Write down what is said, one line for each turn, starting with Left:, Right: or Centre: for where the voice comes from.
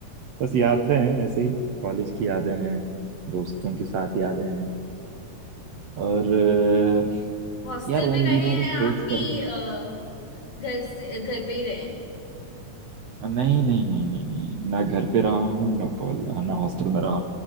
Right: बस यादें हैं ऐसे ही कॉलेज की यादें हैं दोस्तों के साथ यादें हैं और अ,
Left: हॉस्टल
Right: यार उन
Left: में रहे
Right: दिनों
Left: हैं
Right: को सोच
Left: आप कि
Right: कर
Left: अ, घर से घर पे ही रहे हैं
Right: नहीं नहीं नहीं नहीं नहीं ना घर पे रहा हूँ ना कॉल ना हॉस्टल में रहा